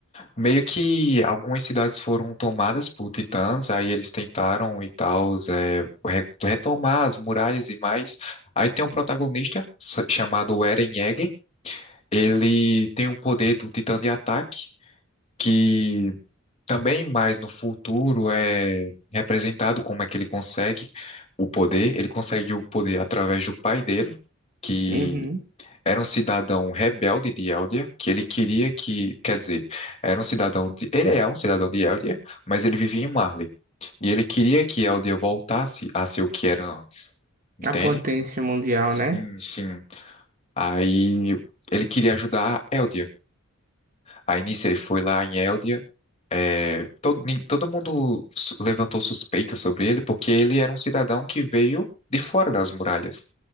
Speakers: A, on the left; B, on the right.
A: Meio que algumas cidades foram tomadas por titãs, aí eles tentaram e tal, é, re- retomar as muralhas e mais. Aí tem um protagonista s- chamado Eren Yeager. Ele tem o poder do titã de ataque, que também mais no futuro é representado como é que ele consegue o poder. Ele consegue o poder através do pai dele, que
B: Uhum.
A: era um cidadão rebelde de Eldia, que ele queria que, quer dizer, era um cidadão de, ele é um cidadão de Eldia, mas ele vivia em Marley. E ele queria que Eldia voltasse a ser o que era antes. Entende?
B: A potência mundial,
A: Sim,
B: né?
A: sim. Aí ele queria ajudar Eldia. Aí nisso ele foi lá em Eldia é, todo, nin- todo mundo su- levantou suspeita sobre ele porque ele era um cidadão que veio de fora das muralhas.